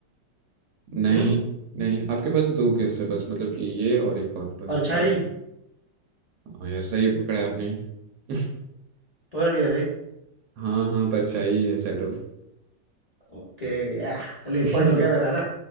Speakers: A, on the right; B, on the left.
A: नहीं
B: हम्म
A: नहीं आपके पास दो गेस है बस मतलब कि ये और एक और बस
B: परछाई
A: लास्ट हाँ यार सही पकड़ा है आपने <laughs>
B: पकड़ लिया सही
A: हाँ हाँ परछाई है शैडो
B: ओके या चल
A: <laughs>
B: एक पॉइंट हो गया मेरा है ना